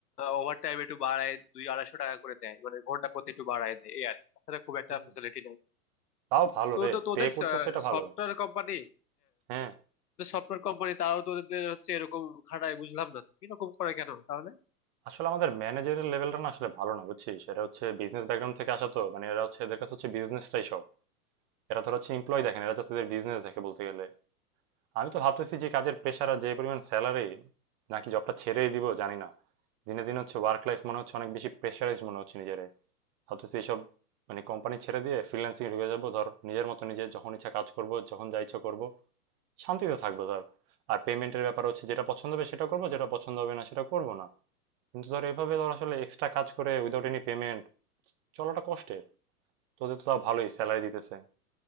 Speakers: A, on the left; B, on the right.
A: ওভার টাইম একটু বাড়ায় দুই আড়াইশো টাকা করে দেয় মানে ঘন্টা প্রতি একটু বাড়ায় দেয় এই আর কি তাছাড়া খুব একটা
B: হুম
A: ফেসিলিটি নাই
B: তাও ভালো
A: তো
B: রে
A: তো তোদের
B: পে করতেছে এটা ভালো
A: সফটওয়্যার কোম্পানি
B: হ্যাঁ
A: তো সফটওয়্যার কোম্পানি তারাও তো ওদের হচ্ছে এরকম খাটায় বুঝলাম না এরকম করে কেন তাহলে
B: আসলে আমাদের ম্যানেজারের লেভেলটা না আসলে ভালো না বুঝছিস এরা হচ্ছে বিজনেস ব্যাকগ্রাউন্ড থেকে আসা তো মানে এরা হচ্ছে এদের কাছে হচ্ছে বিজনেসটাই সব এরা ধর হচ্ছে এমপ্লয় দেখেন এরা হচ্ছে বিজনেস দেখে বলতে গেলে আমি তো ভাবতেছি যে কাজের প্রেশার আর যে পরিমাণ স্যালারি নাকি জবটা ছেড়েই দিব জানি না দিনে দিনে হচ্ছে ওয়ার্ক লাইফ মনে হচ্ছে অনেক বেশি প্রেশারাইজ মনে হচ্ছে নিজেরে ভাবতেছি এইসব মানে কোম্পানি ছেড়ে দিয়ে ফ্রিল্যান্সিং ঢুকে যাবো ধর নিজের মতো নিজে যখন ইচ্ছা কাজ করব যখন যা ইচ্ছা করবো শান্তিতে থাকবো ধর আর পেমেন্টের ব্যাপার হচ্ছে যেটা পছন্দ হবে সেটা করবো যেটা পছন্দ হবে না সেটা করবো না কিন্তু ধর এভাবে ধর আসলে এক্সট্রা কাজ করে উইদাউট এনি পেমেন্ট চলাটা কষ্টের তোদের তো তাও ভালোই স্যালারি দিতেছে